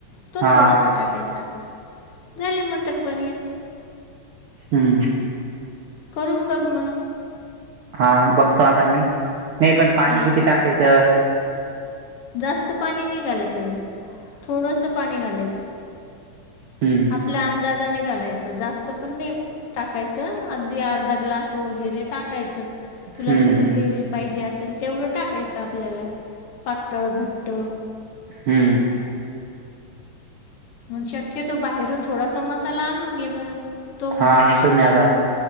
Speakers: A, on the left (about 60°); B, on the right (about 75°).
A: तो
B: हा
A: थोडासा टाकायचा झाले मटर पनीर...
B: हम्म
A: करून बघ मग...
B: हा बघतो आता मी नाही पण पाणी
A: हां
B: किती टाकायचं....
A: जास्त पाणी नाही घालायचं थोडस पाणी घालायचं...
B: हम्म
A: आपल्या अंदाजाने घालायचं, जास्त पण नाही टाकायचं, अगदी अर्धा ग्लास वगैरे टाक टाकायचं, तुला
B: हम्म
A: जसं
B: हम्म
A: ग्रेव् पाहिजे असेल तेवढं टाकायचं आपल्याला पातळ, घट्ट.
B: हम्.
A: मग शक्यतो बाहेरून थोडासा मसाला आणून घे मग. तो
B: हा
A: म्हण
B: आणतो
A: आपलं,
B: मी आता